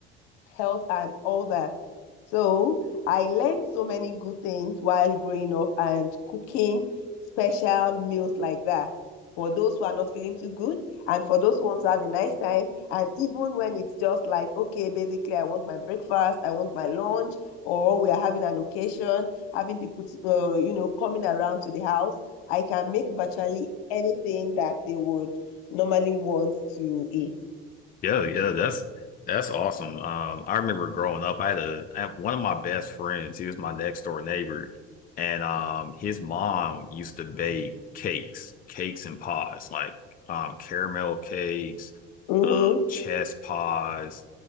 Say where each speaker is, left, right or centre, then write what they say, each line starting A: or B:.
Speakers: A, on the left (about 70°); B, on the left (about 30°).
A: health and all that. So I learned so many good things while growing up and cooking special meals like that for those who are not feeling too good and for those who want to have a nice time. And even when it's just like, okay, basically, I want my breakfast, I want my lunch, or we are having an occasion, having people, uh, you know, coming around to the house, I can make virtually anything that they would normally want to eat.
B: Yeah, yeah, that's that's awesome. Um, I remember growing up, I had a I have one of my best friends. He was my next door neighbor, and um, his mom used to bake cakes, cakes and pies, like um, caramel cakes,
A: Mm-hmm.
B: um, chess pies,